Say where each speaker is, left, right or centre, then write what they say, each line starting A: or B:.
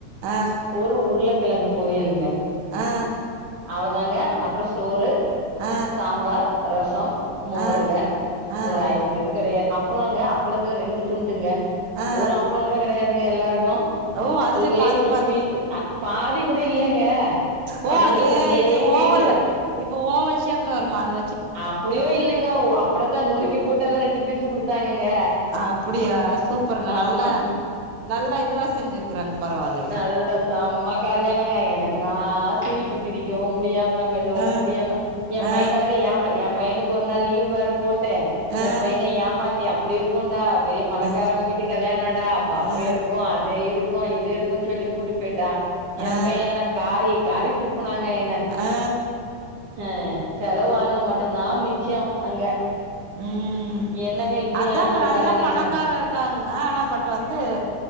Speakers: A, on the right (about 55°); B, on the right (about 80°).
A: ஆ
B: ஒரு உருள கிழங்கு பொரியலுங்க
A: ஆ ஆ
B: அவ்வளவுதாங்க அப்புறம் சோறு
A: ஆ
B: சாம்பார் ரசம் மோருங்க
A: ஆ ஆ
B: ஒரு ஐஸ்கிரீம் கிடையாது அப்பளம்ங்க அப்பளத்துல ரெண்டு துண்டுங்க
A: ஆ ஆ
B: ஒரு அப்பளும் கூட கிடையாதுங்க எல்லாருக்கு
A: ஓ அதுலே
B: டுவே
A: பாதி
B: டு
A: பாதி
B: பீஸ் பாதி கூட இல்லங்க
A: ஓ
B: ஒன்லி
A: அது
B: ரெண்டே
A: இப்டி
B: பீஸ்
A: ஓவல்ல இப்ப ஓவல் செப்ல வருமா அது
B: அப்படியும் இல்லைங்க ஓ அப்பளத்தா நொறுக்கி போட்டு ரெண்டு பீஸ் குடுத்தாங்கங்க
A: அப்படியா சூப்பருங்க
B: ஆமா
A: நல்லா நல்லா இதுவ செஞ்சிருக்குறாங்க பரவளைங்க
B: நல்ல செம்ம கல்யாணங்கா எனக்கு நா சிரிப்பு சிரிக்கவு முடியா மெல்லவு
A: ஆ
B: முடியாம எ
A: ஆ
B: பையன வேற எ பையனுக்கு ஒரு நாள் லீவ் வேற போட்டே
A: ஆ
B: எ பையன ஏமாத்தி அப்டி இருக்கும்டா பெரிய பணக்காரங்க
A: ஆ
B: வீட்டு கல்யாணம்டா அப்ப
A: ஆ
B: இருக்கு அது இருக்கு இது இருக்குன்னு சொல்லி கூட்டு போயிட்ட எ
A: ஆ
B: பைய என்னன்னா காரி காரி துப்புனாங்க என்ன
A: ஆ ஆ
B: அ செலவானது மட்டம்தா மிச்ச அங்க
A: ம்
B: என்னங்க இப்படியாங்க
A: அதாங்க
B: ஒரு
A: நல்லா
B: கல்யாண நடத்துவாங்க
A: பணக்கார இருக்காங்க ஆனா பட் வந்து